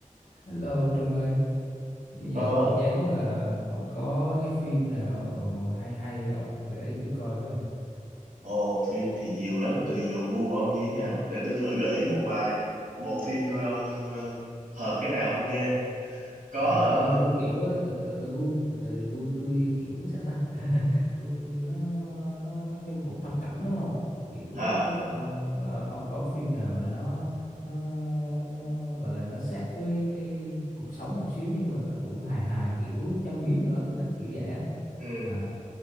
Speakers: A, on the left; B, on the right.
A: Hello Trung ơi, bây
B: Ờ,
A: giờ tôi chán quá à. Ông có cái phim nào hay hay ông gợi ý tôi coi với.
B: ồ, phim thì nhiều lắm, tùy vào gu của ông như thế nào. Để tôi thử gợi ý một vài bộ phim coi ông ờ, hợp cái nào không nha. Có,
A: Ờ,
B: ờ,
A: gu tôi kiểu á, từ từ gu từ từ gu tôi kiểu sao ta? <laughs> Gu tôi nó nó nói chung cũng thập cẩm lắm ông. Kiểu
B: à,
A: ông ờ, ông có phim nào mà nó nó nó gọi là nó sát với cái cuộc sống một xíu nhưng mà nó cũng hài hài kiểu châm biếm nữa tôi thích kiểu vậy á.
B: ừ,
A: À,